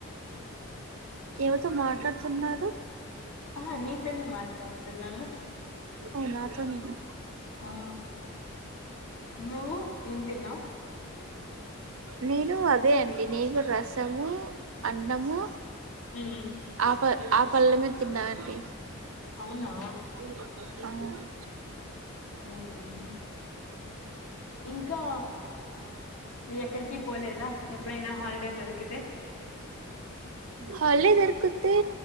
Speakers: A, on the right; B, on the left.
A: ఎవరితో మాట్లాడుతున్నారు
B: ఆహా, నీతోనే మాట్లాడుతున్నాను
A: అవునా త నీకు
B: ఆ నువ్వు ఏం తిన్నావ్
A: నీను అదే అండ్ డి నేను రసము అం న్నము
B: మ్మ్.
A: ఆపర్ అప్ పళ్ళమే తిన్నా అండి
B: అవునా
A: అవున ఆహ్
B: మ్మ్. ఇంకా ఇది ఎక్కడికి పోలేదా ఎప్పుడైనా హాలిడే దొరికితే
A: హాలిడే దొరూకుతే